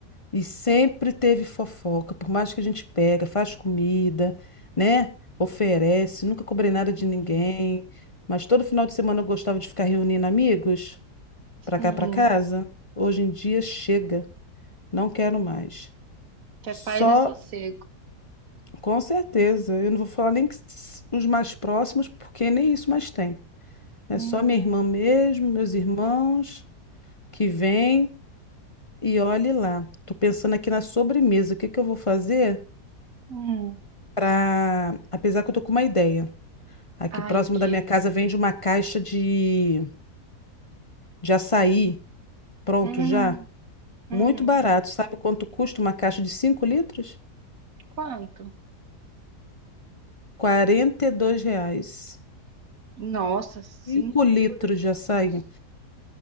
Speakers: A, on the left; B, on the right.
A: E sempre teve fofoca. Por mais que a gente pega, faz comida, né? Oferece. Nunca cobrei nada de
B: uhum.
A: ninguém. Mas todo final de semana eu gostava de ficar reunindo amigos
B: Sim.
A: pra cá, pra casa. Hoje em dia chega. Não quero mais.
B: Que é
A: Só
B: paz e sossego.
A: Com certeza. Eu não vou falar nem que s- os mais próximos, porque nem isso mais tem. É
B: Uhum.
A: só minha irmã mesmo, meus irmãos que vêm e olhe lá. Tô pensando aqui na sobremesa. O que que eu vou fazer
B: Uhum.
A: para, apesar que eu tô com uma ideia. Aqui
B: Ai,
A: próximo
B: o quê?
A: da minha casa vende uma caixa de de açaí pronto
B: Uhum.
A: já,
B: Uhum.
A: muito barato. Sabe quanto custa uma caixa de 5 litros?
B: Quanto?
A: 42 reais.
B: Nossa, cinco
A: 5 litros
B: litros.
A: de açaí.